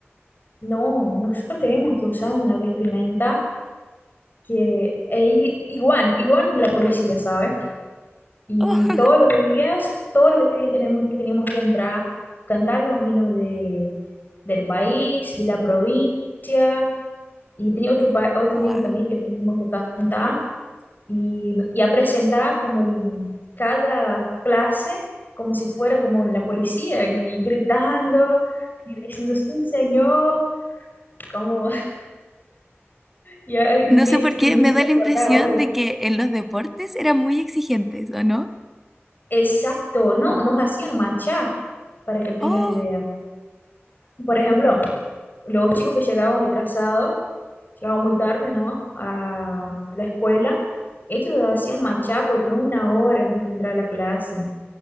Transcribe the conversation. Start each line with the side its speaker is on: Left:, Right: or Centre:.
Left: No, nosotros tenemos que usar una vestimenta que es igual, igual de la policía, ¿sabes? Y
Centre: Oh,
Left: todos los días, todos los días tenemos, teníamos que entrar, cantar los himnos de, del país, de la provincia, y tenía otro, pa- otro
Centre: wow.
Left: himno también que teníamos que cantar. y, y a presentar como el- cada clase como si fuera como en la policía y gritando y diciendo, sí, señor, como <laughs> ya me,
Centre: No sé por
Left: y
Centre: qué
Left: me
Centre: me
Left: hiciste
Centre: da la
Left: acordar
Centre: impresión
Left: ahora.
Centre: de que en los deportes eran muy exigentes, ¿o no?
Left: Exacto, no, nos hacían marchar, para que tengas
Centre: Oh,
Left: idea. Por ejemplo, los chicos que llegaban retrasados, llegaban muy tarde, ¿no? A, a la escuela, ellos hacían marchar por una hora antes de entrar a la clase.